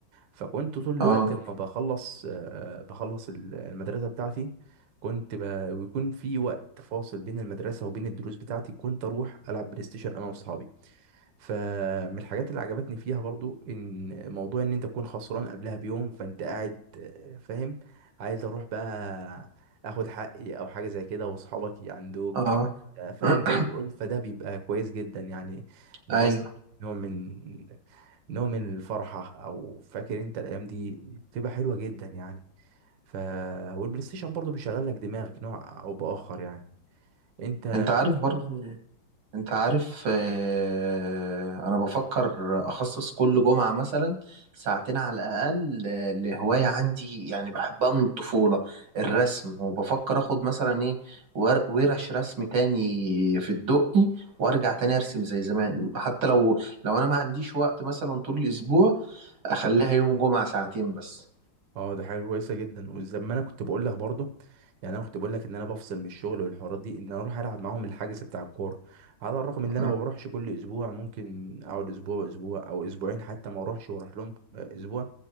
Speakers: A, on the right; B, on the right.
A: فكنت طول الوقت
B: اه
A: لما بخلص آه، بخلص ال- المدرسه بتاعتي كنت ب... ويكون في وقت فاصل بين المدرسه وبين الدروس بتاعتي كنت اروح العب بلاي ستيشن انا واصحابي فمن الحاجات اللي عجبتني فيها برضو ان موضوع ان انت تكون خسران قبلها بيوم فانت قاعد آه، فاهم عايز اروح بقى اخد حقي او حاجه زي كده واصحابك يعندوك
B: اه
A: آه، فاهم
B: <clears throat>
A: جو الألفة ده بيبقى كويس جدا يعني بحس
B: ايوه
A: نوع من نوع من الفرحه او فاكر انت الايام دي بتبقى حلوه جدا يعني ف والبلاي ستيشن برضو بيشغل لك دماغك نوع او باخر يعني انت
B: انت عارف برضو انت عارف آه، انا بفكر اخصص كل جمعة مثلا ساعتين على الاقل آه، لهواية عندي يعني بحبها من الطفولة الرسم وبفكر اخد مثلا ايه ور- ورش رسم تاني في الدقي وارجع تاني ارسم زي زمان حتى لو لو انا ما عنديش وقت مثلا طول الاسبوع اخليها يوم جمعة ساعتين بس
A: اه ده حاجه كويسه جدا وزي ما انا كنت بقول لك برضه يعني انا كنت بقول لك ان انا بفصل من الشغل والحوارات دي ان انا اروح العب معاهم الحجز بتاع الكوره على الرغم ان انا
B: مم،
A: ما بروحش كل اسبوع ممكن اقعد اسبوع اسبوع او اسبوعين حتى ما اروحش واروح لهم اسبوع